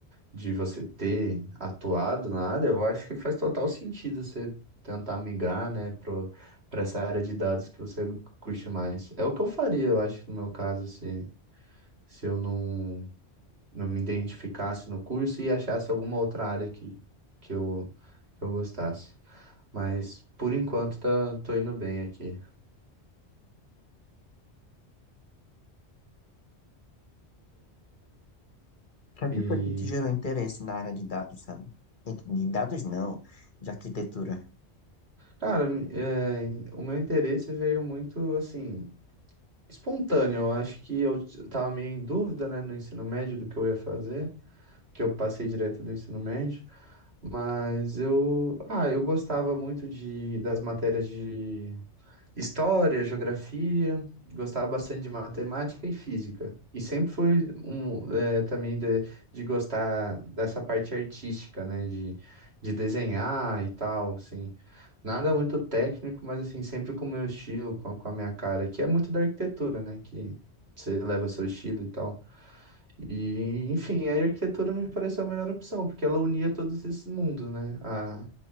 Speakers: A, on the right (about 65°); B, on the left (about 45°).
A: de você ter atuado na área, eu acho que faz total sentido você tentar migrar, né, pro, pra essa área de dados que você curte mais. É o que eu faria, eu acho, no meu caso, se, se eu não, não me identificasse no curso e achasse alguma outra área que, que eu, que eu gostasse. Mas, por enquanto, tá, tô indo bem aqui.
B: que é
A: E,
B: que foi que te gerou interesse na área de dados, sabe? E De dados não, de arquitetura.
A: cara, é, o meu interesse veio muito, assim, Espontâneo, eu acho que eu t- tava meio em dúvida, né, no ensino médio do que eu ia fazer, que eu passei direto do ensino médio, mas eu, ah, eu gostava muito de das matérias de História, geografia, gostava bastante de matemática e física. E sempre fui um, eh, também de, de gostar dessa parte artística, né? De, de desenhar e tal, assim. Nada muito técnico, mas assim, sempre com o meu estilo, com a, com a minha cara, que é muito da arquitetura, né? Que você leva seu estilo e tal. E, enfim, a arquitetura me pareceu a melhor opção, porque ela unia todos esses mundos, né? A,